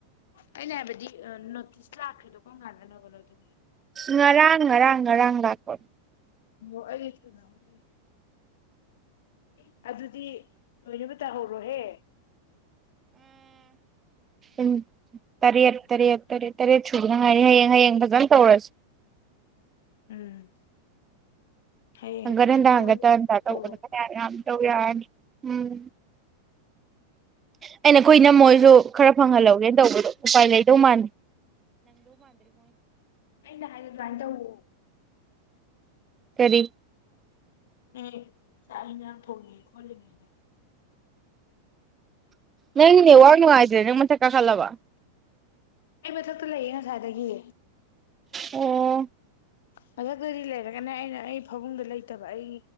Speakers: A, on the left (about 55°); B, on the right (about 20°).
A: ꯑꯩꯅ ꯍꯥꯏꯕꯗꯤ ꯅꯣꯇꯤꯁ ꯂꯥꯛꯈꯗꯣ ꯀꯣꯡ ꯀꯥꯟꯗꯅꯕ ꯅꯣꯇ
B: ꯉꯔꯥꯡ ꯉꯔꯥꯡ ꯉꯔꯥꯡ ꯉ ꯂꯥꯛꯄ
A: ꯃꯣꯜ ꯏ ꯅꯗ꯭ꯔꯔꯤ ꯑꯦ ꯑꯗꯨꯗꯤ ꯂꯣꯏꯅꯕ ꯇꯥꯍꯧꯔꯣꯍꯦ
B: ꯎ ꯇꯔꯦꯠ ꯇꯔꯦꯠꯔꯠ ꯇꯔꯦꯠ ꯁꯨꯕꯅ ꯍꯥꯏꯥꯏꯅꯤ ꯍꯌꯦꯡ ꯍꯌꯦꯡ ꯐꯖꯅ ꯇꯧꯔꯁꯤ
A: ꯎꯝ ꯍꯌꯦꯡ ꯍꯦꯛꯇ
B: ꯒꯔꯗ
A: ꯇꯨꯝꯍꯧꯔꯒ
B: ꯍꯪꯒ ꯇ
A: ꯍꯦꯛꯇ
B: ꯇꯧꯕ
A: ꯇꯧꯔꯣ
B: ꯌꯥꯝ ꯇꯧ ꯌꯥꯅꯤ ꯎꯝ ꯑꯩꯅ ꯑꯩꯈꯣꯏ ꯅꯝ ꯃꯣꯏꯁꯨ ꯈꯔ ꯐꯪꯍꯜꯍꯧꯋꯤ ꯇꯧꯕꯗꯣ ꯎꯄꯥꯏ ꯂꯩꯗꯧ ꯃꯥꯟꯜꯂꯤꯦ
A: ꯑꯩꯅ ꯍꯥꯏꯔ ꯑꯗꯨꯃꯥꯏꯅ ꯇꯧꯋꯣ
B: ꯀꯔꯤ
A: ꯎꯝ ꯆꯥꯏꯅ ꯐ ꯈꯣꯜꯂꯤꯒꯩꯗ
B: ꯅꯪꯅꯤ ꯋꯥꯡꯉꯅꯨꯡ ꯍꯥꯏꯗꯦ ꯃ ꯀꯂꯕ
A: ꯑꯩ ꯃꯊꯛꯛꯇ ꯂꯩꯌꯦꯦ ꯁꯥꯔꯦ ꯑꯗꯒꯤ
B: ꯑꯣ
A: ꯃꯊꯛꯇꯗꯤ ꯂꯩꯔꯒꯅꯦ ꯑꯩꯅ ꯑꯩ ꯐꯕꯨꯡꯗ ꯂꯩꯇꯕ ꯑꯩ